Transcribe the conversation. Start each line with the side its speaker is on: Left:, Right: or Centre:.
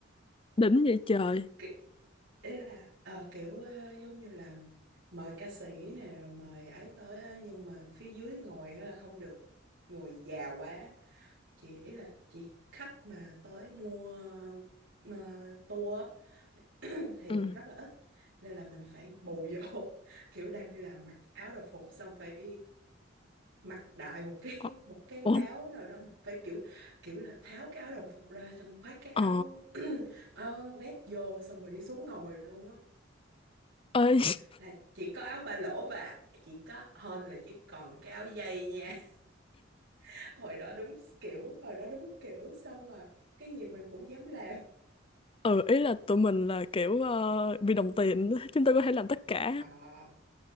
Left: đỉnh vậy trời
Right: Ki- ý là ờ, kiểu ờ, giống như là mời ca sĩ nè rồi mời ấy tới á, nhưng mà phía dưới ngồi á là không được người già quá chị ý là chỉ khách mà tới mua uh, tour <clears throat> thì
Left: ừ
Right: rất là ít nên là mình phải bù vô <laughs> kiểu đang đi làm mặc áo đồng phục xong phải mặc đại một cái <laughs>
Left: ồ
Right: một cái
Left: ồ,
Right: áo nào đó phải kiểu kiểu là tháo cái áo đồng phục ra xong khoác cái áo
Left: ờ
Right: <clears throat> áo vest vô xong rồi đi xuống ngồi luôn á
Left: Ê, <laughs>
Right: là chỉ có áo ba lỗ và chỉ có hơn là chỉ còn cái áo dây nha <laughs> hồi đó đúng kiểu hồi đó đúng kiểu sao mà cái gì mình cũng dám làm
Left: ừ ý là tụi mình là kiểu ờ, vì đồng tiền <laughs> chúng ta có thể làm tất cả
Right: Ờ,